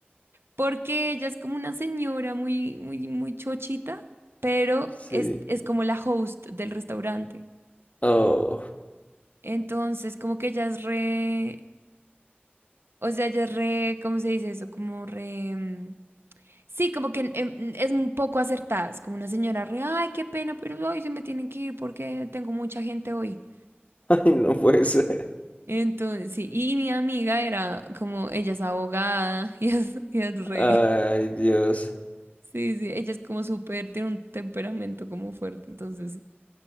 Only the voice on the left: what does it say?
Sí.
Oh,
<laughs> ay, no puede ser.
Ay, Dios.